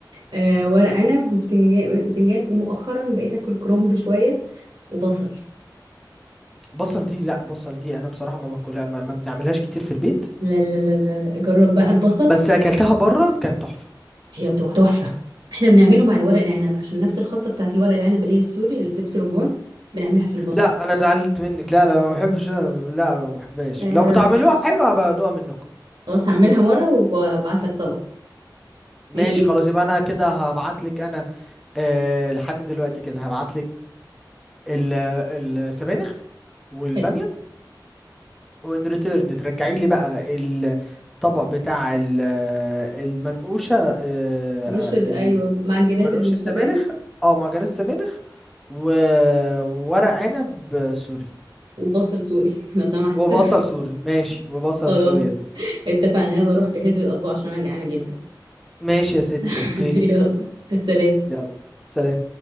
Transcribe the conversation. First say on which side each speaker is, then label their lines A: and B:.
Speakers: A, on the right; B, in the centre.
A: آه ورق عنب وبتنجان بتنجان ومؤخرا بقيت اكل كرنب شوية وبصل
B: بصل دي لا بصل دي انا بصراحه ما باكلها ما, ما بنعملهاش كتير في البيت
A: لا لا لا لا لا. جرب بقى البصل
B: بس اكلتها
A: بس
B: بره كان تحفه
A: هي تو- تحفة احنا بنعمله مع الورق العنب عشان نفس الخلطة بتاعت الورق العنب اللي هي السوري اللي بتبس رمان بنعملها في البصل
B: لا انا زعلت منك لا لا ما بحبش لا ما بحبهاش
A: آه
B: لو
A: لا
B: بتعملوها
A: لا بتعمل
B: حلوه هبقى ادوقها منكم
A: خلاص هعملها مرة وابعت لك طبق
B: ماشي
A: ماشي
B: خلاص يبقى انا كده هبعت لك انا أه لحد دلوقتي كده هبعت لك السبانخ والباميه
A: حلو
B: وان ريتيرن ترجعي لي بقى الطبق بتاع ال- المنقوشه أه
A: الوش ال- ايوه معجنات
B: منقوش
A: السبانخ
B: السبانخ اه معجنات السبانخ و... وورق عنب سوري
A: وبصل سوري <laughs> لو سمحت
B: وبصل سوري ماشي وبصل
A: <laughs> خلاص
B: سوري يا ستي
A: اتفقنا يلا روح جهزي الأطباق عشان أنا جعانة جدا
B: ماشي يا ستي
A: <laughs>
B: اوكي
A: يلا سلام
B: يلا سلام